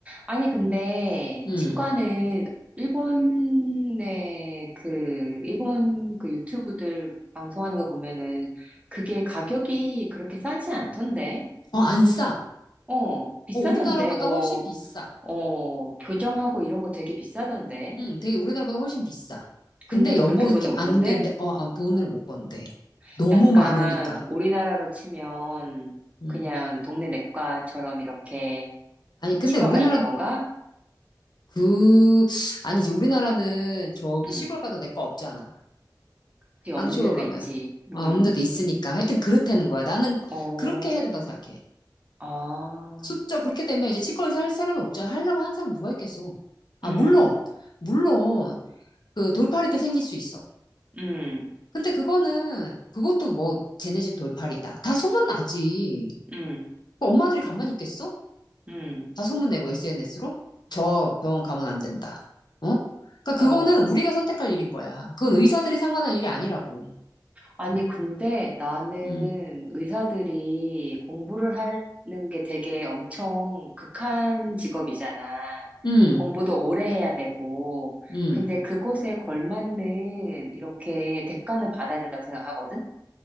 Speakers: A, on the right; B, on the left.
A: 아니, 근데,
B: 음,
A: 치과는, 일본의 그, 일본 그 유튜브들 방송하는 거 보면은, 그게 가격이 그렇게 싸지 않던데?
B: 어, 안 싸.
A: 어, 비싸던데?
B: 어, 우리나라보다
A: 뭐,
B: 훨씬 비싸.
A: 어, 교정하고 이런 거 되게 비싸던데?
B: 음, 되게 우리나라보다 훨씬 비싸.
A: 근데도
B: 근데 연봉이
A: 그렇게 돈을
B: 이렇게
A: 못
B: 안
A: 번대?
B: 된대. 어, 아, 돈을
A: 어,
B: 못 번대. 너무
A: 약간,
B: 많으니까.
A: 우리나라로 치면,
B: 음,
A: 그냥 동네 내과처럼 이렇게
B: 아니 근데
A: 치과가
B: 우리나라
A: 있는 건가?
B: 그 아니 이제 우리나라는 저기
A: 응.
B: 시골 가도 내 거 없잖아.
A: 그게 없는
B: 깡쇼홀
A: 데도
B: 가면.
A: 있지. 응.
B: 아, 없는 데도 있으니까. 하여튼 그렇다는 거야. 나는
A: 어,
B: 그렇게 해야 된다고 생각해.
A: 아,
B: 숫자 그렇게 되면 이제 치과 의사 할 사람이 없잖아. 하려고 한 사람 누가 있겠어. 아,
A: 음,
B: 물론, 물론, 그 돌팔이도 생길 수 있어.
A: 음,
B: 근데 그거는, 그것도 뭐, 쟤네 집 돌팔이다. 다 소문나지.
A: 음,
B: 그 엄마들이 가만히 있겠어?
A: 음,
B: 다 소문내고 SNS로? 저 병원 가면 안 된다. 어? 그러니까
A: 어.
B: 그거는 우리가 선택할 일인 거야. 그건 의사들이 상관할 일이 아니라고.
A: 아니, 근데 나는
B: 음,
A: 의사들이 공부를 하는 게 되게 엄청 극한 직업이잖아.
B: 음,
A: 공부도 오래 해야 되고.
B: 음.
A: 근데 그곳에 걸맞는 이렇게 대가는 받아야 된다고 생각하거든?